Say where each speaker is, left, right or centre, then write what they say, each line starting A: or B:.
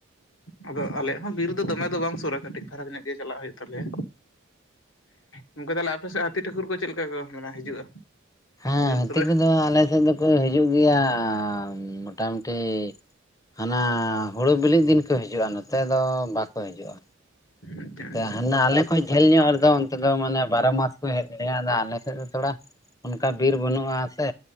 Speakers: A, on the left; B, on the left.
A: ᱟᱫᱚ ᱟᱞᱮᱭᱟ ᱦᱚᱸ ᱵᱤᱨ ᱫᱚ ᱫᱚᱢᱮ ᱫᱚ ᱵᱟᱝ ᱥᱩᱨᱟ ᱠᱟᱹᱴᱤᱡ ᱯᱷᱟᱨᱟᱜ ᱧᱚᱜ ᱜᱮ ᱪᱟᱞᱟᱜ ᱦᱩᱭᱩᱜ ᱛᱟᱞᱮᱭᱟ᱾ ᱜᱚᱝᱠᱮ ᱛᱟᱦᱚᱞᱮ ᱟᱯᱮ ᱥᱮᱫ ᱦᱟᱹᱛᱤ ᱴᱷᱟᱹᱠᱩᱨ ᱠᱚ ᱪᱮᱞᱠᱟ ᱠᱚ ᱢᱟᱱᱮ ᱦᱤᱡᱩᱜᱼᱟ?
B: ᱦᱮᱸ
A: ᱵᱤᱨ
B: ᱦᱟᱹᱛᱤ
A: ᱠᱚᱨᱮ
B: ᱠᱚᱫᱚ ᱟᱞᱮ ᱥᱮᱫ ᱫᱚ᱾ ᱦᱤᱡᱩᱜ ᱜᱮᱭᱟ ᱢᱚᱴᱟᱢᱩᱴᱤ ᱦᱟᱱᱟ ᱦᱩᱲᱩ ᱵᱤᱞᱤ ᱫᱤᱱ᱾ ᱦᱤᱡᱩᱜᱼᱟ ᱱᱚᱛᱮ ᱫᱚ ᱵᱟᱠᱚ ᱦᱤᱡᱩᱜᱼᱟ᱾
A: ᱟᱪᱪᱷᱟ ᱟᱪᱪᱷᱟ
B: ᱦᱟᱱᱟ ᱟᱞᱮ ᱠᱷᱚᱡ ᱡᱷᱟᱹᱞ ᱧᱚᱜ ᱨᱮᱫᱚ ᱚᱱᱛᱮ ᱫᱚ ᱢᱟᱱᱮ ᱵᱟᱨᱚ ᱢᱟᱥ ᱠᱚ ᱦᱮᱡ ᱞᱮᱭᱟ ᱟᱫᱚ ᱟᱞᱮ ᱥᱮᱫ ᱫᱚ ᱛᱷᱚᱲᱟ᱾ ᱚᱱᱠᱟ ᱵᱤᱨ ᱵᱟᱹᱱᱩᱜᱼᱟ ᱥᱮ